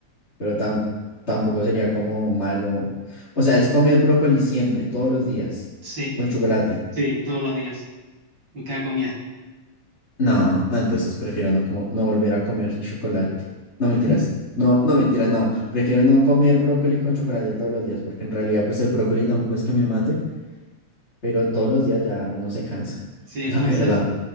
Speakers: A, on the left; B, on the right.
A: pero tam- tampoco sería como malo. O sea, es comer brócoli siempre, todos los días,
B: Sí,
A: con chocolate.
B: sí, todos los días, en cada comida.
A: No, no, entonces prefiero no, como, no volver a comer chocolate. No mentiras.
B: <laughs>
A: No, no mentiras, no. Prefiero no comer brócoli con chocolate todos los días, porque en realidad pues el brócoli tampoco es que me mate, pero todos los días ya uno se cansa,
B: Sí,
A: <laughs>
B: entonces,
A: la verdad.